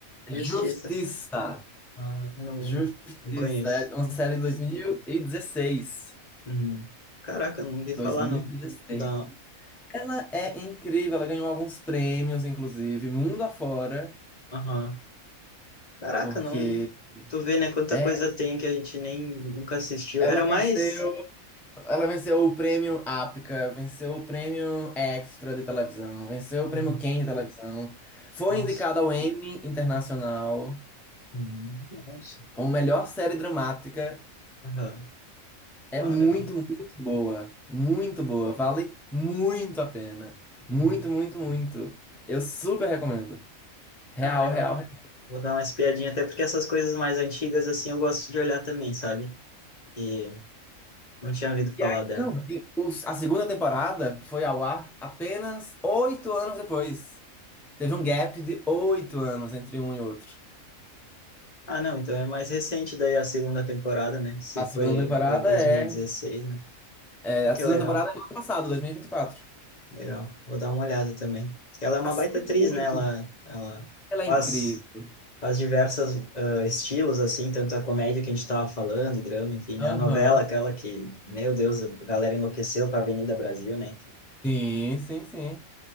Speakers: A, in the centre; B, on the left (about 30°).
A: Justiça.
B: Justiça. Ah, não,
A: Justiça,
B: não conheço.
A: é uma série de dois dois mil mil e dezesseis,
B: Uhum. Caraca, não ouvi
A: dois
B: falar,
A: mil
B: não.
A: e dezesseis.
B: Vou dar.
A: Ela é incrível, ela ganhou alguns prêmios, inclusive, mundo afora,
B: Aham. Caraca,
A: porque
B: não. Tu vê, né? Quanta
A: é,
B: coisa tem que a gente nem nunca assistiu.
A: ela
B: Era mais.
A: venceu, ela venceu o prêmio APCA, venceu o prêmio Extra de televisão, venceu o prêmio
B: Uhum.
A: Ken de televisão, foi
B: Nossa.
A: indicada ao Emmy Internacional
B: Uhum. Nossa.
A: como melhor série dramática
B: Aham.
A: É
B: Ah,
A: muito,
B: legal.
A: muito boa. Muito boa. Vale muito a pena. Muito,
B: Uhum.
A: muito, muito. Eu super recomendo. Real,
B: Ah, legal.
A: real, real.
B: Vou dar uma espiadinha, até porque essas coisas mais antigas, assim, eu gosto de olhar também, sabe? E não tinha ouvido falar
A: E aí,
B: dela.
A: não, e os- a segunda temporada foi ao ar apenas oito anos depois. Teve um gap de oito anos entre um e outro.
B: Ah, não, então é mais recente daí a segunda temporada, né? Se
A: A segunda
B: foi,
A: temporada
B: foi 2016,
A: é,
B: né?
A: é-
B: Ah,
A: a
B: que
A: segunda
B: legal,
A: temporada é do ano passado, 2024.
B: legal. Vou dar uma olhada também. Ela é uma
A: A série
B: baita atriz,
A: é muito.
B: né? Ela, ela
A: Ela
B: faz.
A: é incrível.
B: as diversas ah, estilos, assim, tanto a comédia que a gente estava falando, drama, enfim,
A: Aham.
B: né? A novela, aquela que, meu Deus, a galera enlouqueceu com a Avenida Brasil, né? Enfim,
A: Sim, sim, sim.